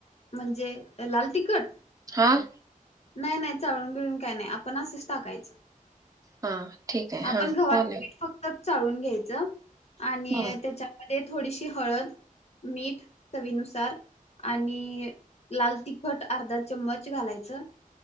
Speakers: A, on the left; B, on the right.
A: म्हणजे लाल तिखट
B: हां
A: नाही नाही चाळून बिळून काय नाय आपण असच टाकायचं.
B: हा ठीक आहे
A: आपण
B: हा चालेल
A: गव्हाच पीठ फक्त चाळून घ्यायचं आणि
B: हम्म
A: त्याच्यावर ते थोडीशी हळद मीठ चवीनुसार आणि लाल तिखट अर्धा चम्मच घालायचं